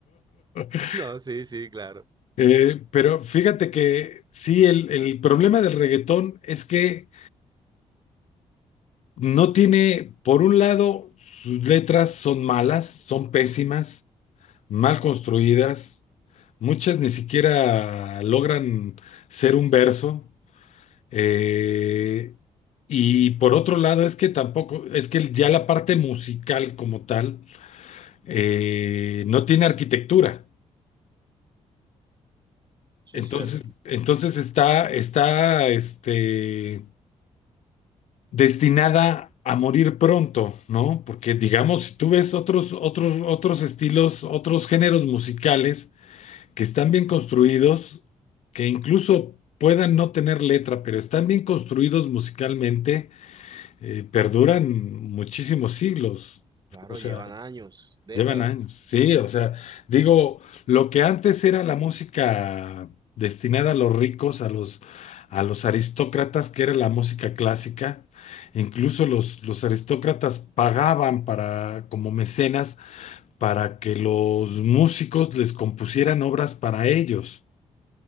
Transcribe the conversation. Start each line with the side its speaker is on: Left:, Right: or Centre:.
Left: <laughs>
Right: No, sí, sí, claro.
Left: Eh, pero fíjate que sí, el, el problema del reggaetón es que No tiene, por un lado, sus letras son malas, son pésimas, mal construidas, muchas ni siquiera logran ser un verso. eh, y por otro lado, es que tampoco, es que ya la parte musical como tal eh, no tiene arquitectura.
Right: Eso
Left: Entonces,
Right: es cierto.
Left: entonces está, está, este, destinada a morir pronto, ¿no? Porque digamos, si tú ves otros, otros, otros estilos, otros géneros musicales que están bien construidos, que incluso puedan no tener letra, pero están bien construidos musicalmente, eh, perduran muchísimos siglos.
Right: Claro,
Left: O sea,
Right: llevan años, décadas.
Left: Llevan años, sí, o sea, digo, lo que antes era la música destinada a los ricos, a los, a los aristócratas, que era la música clásica, incluso los, los aristócratas pagaban para, como mecenas, para que los músicos les compusieran obras para ellos.